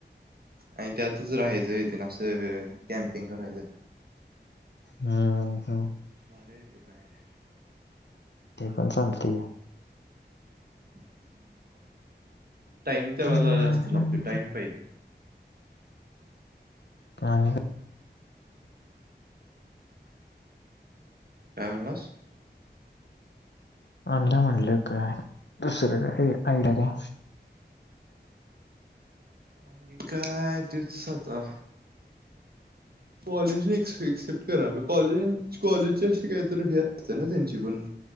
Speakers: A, on the right; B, on the left.
A: आणि त्यातच राहायचं ये तेन अस कॅम्पिंग करायचं
B: हम, हम
A: <unintelligible>
B: ते पण चालतय की
A: <unintelligible> टाईम त्या वेळेला
B: हम्म
A: जास्त लागतोय टाइम पायजे
B: आणि काय
A: काय मनलास?
B: अ्नल म्हटलं काय दुसरं काय हे आयडिया काय
A: आणि काय तेच आता कॉलेजने एक्सेप्ट करा ग, कॉलेज कॉलेजची अशी काहीतरी हे असत्याना त्यांची पण,